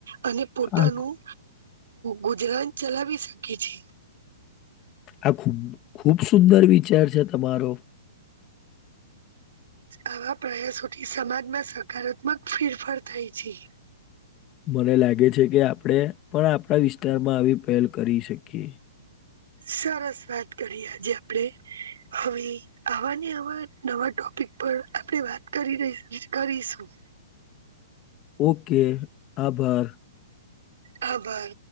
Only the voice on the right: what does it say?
અને પોતાનું
ગુજરાન ચલાવી શકે છે.
આવા પ્રયાસોથી સમાજમાં સકારાત્મક ફેરફાર થાય છે.
સરસ વાત કરી આજે આપણે હવે આવાને આવા નવા ટોપિક પર આપણે વાત કરી કરીશું
ખબર